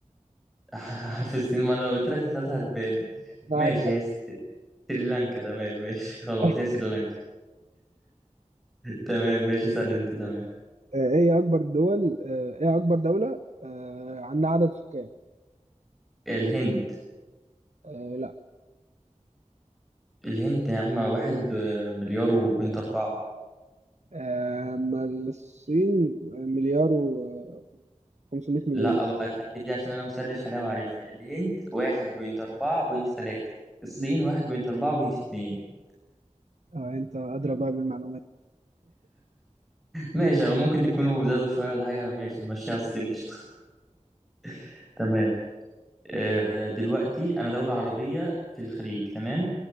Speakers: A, in the centre; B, on the right (about 65°).
A: آه، <laughs> حرف السين مرة لو قلت لك اختيارات هتبان
B: بعد
A: ماشي هي سريلانكا تمام ماشي <laughs> خلاص
B: <laughs>
A: هي سريلانكا تمام ماشي اسأل أنت تمام
B: آه، ايه هي اكبر دول آه، ايه اكبر دولة آه، عندها عدد سكان
A: الهند
B: آه، لا
A: الهند يا عم واحد آه، مليار وبنت أربعة
B: آه، ما الصين مليار و 500 مليون
A: لا
B: دولار.
A: بقى تعالي دي عشان انا مسرش عليها وعارفها الهند واحد بوينت اربعة بوينت تلاتة الصين
B: مم.
A: واحد بوينت اربعة بوينت اتنين
B: اه انت ادرى بقى بالمعلومات
A: ماشي أو ممكن تكونوا زادوا شوية ولا حاجة ماشي نمشيها الصين قشطة <laughs> تمام آه دلوقتي انا دولة عربية في الخليج تمام